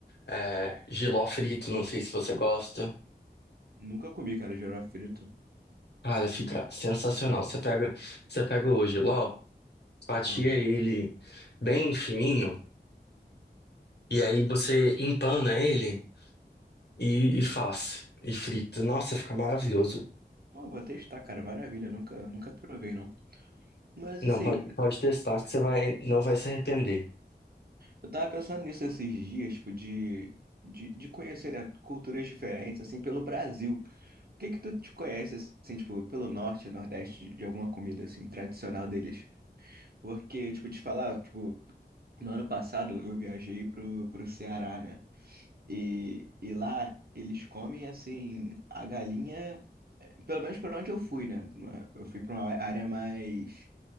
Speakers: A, on the left (about 70°); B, on the right (about 60°).
A: é, jiló frito, não sei se você gosta.
B: Nunca comi, cara, girafa frito.
A: Cara, fica
B: Hum,
A: sensacional.
B: não sei.
A: Você pega, você pega o jiló, fatia
B: Aham.
A: ele bem fininho, e aí você empana ele. E, e faz. E frita. Nossa, fica maravilhoso.
B: Pô, vou testar, cara. Maravilha. Nunca, nunca provei, não. Mas
A: Não,
B: assim,
A: pode, pode testar que você vai, não vai se arrepender.
B: Eu tava pensando nisso esses dias, tipo, de, de, de conhecer, né, culturas diferentes, assim, pelo Brasil. O que que tu te conhece, assim, tipo, pelo norte, nordeste, de alguma comida, assim, tradicional deles? Porque, tipo, te falar, tipo, no ano passado eu viajei pro, pro Ceará, né? E, e lá eles comem, assim, a galinha, eh, pelo menos pra onde eu fui, né? Não é- Eu fui pra uma área mais,